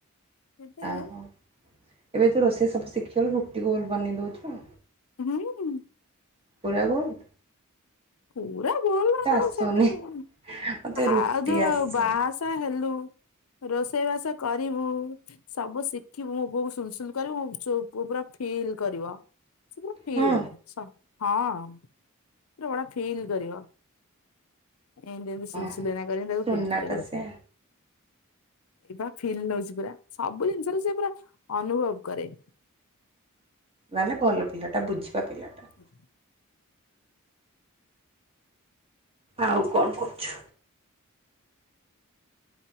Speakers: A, on the left (about 80°); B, on the right (about 25°).
A: ଏବେଆଁ
B: ଓହୋ ଏବେ ତୁ ରୋଷେଇ ସବୁ ଶିଖିଗଲୁ ରୁଟି ଗୋଲ ବନେଇ ଦଉଛୁ।
A: ହୁଁ ହୁଁ।
B: ପୁରା ଗୋଲ୍।
A: ପୁରା ଭୁଲ
B: ଆସୁନି
A: ଆଉ ସେମିତି ଆଉ
B: ମତେ ରୁଟି
A: ଯୋଉ
B: ଆସେ
A: ଆଉ ବାହା ସାହା ହେଲୁ। ରୋଷେଇବାସ କରିବୁ। ସବୁ ଶିଖିବୁ ମୋ ପୁଅକୁ ସୁଲସୁଲ କରିବ ପୁରା ଫିଲ୍ କରିବ। ସେ ପୁରା ଫିଲ୍
B: ହୁଁ
A: ହଁ ପୁରା ଭଡ ଫିଲ୍ କରିବ। ଏମତି ଏମତି ସୁଲ
B: ଓହୋ
A: ସୁଲ କରି ତା
B: ସୁନାଟା
A: ଫିପ୍ତ କରିବ
B: ସେ
A: ସିଏ। ଏ ବା ଫିଲ୍ ନଉଛି ପୁରା, ସବୁ ଜିନିଷରେ ସେ ପୁରା ଅନୁଭବ କରେ।
B: ନହେଲେ ଭଲ ପିଲାଟା ବୁଝିବା ପିଲାଟା।
A: ହଁ
B: ଆଉ କଣ କରୁଛ।